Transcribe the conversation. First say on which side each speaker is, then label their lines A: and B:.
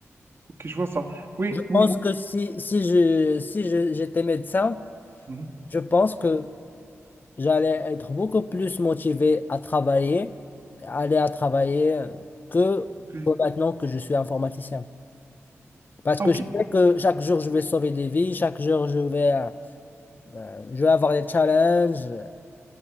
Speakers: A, on the right (about 50°); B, on the left (about 35°).
A: ok, je vois ça. Oui,
B: je
A: oui.
B: pense que si, si je, si je- j'étais médecin,
A: Mhm,
B: je pense que j'allais être beaucoup plus motivé à travailler, aller à travailler que,
A: ok.
B: que maintenant que je suis informaticien. Parce
A: Ah,
B: que
A: ok.
B: je sais que chaque jour, je vais sauver des vies, chaque jour, je vais, euh, euh, je vais avoir des challenges.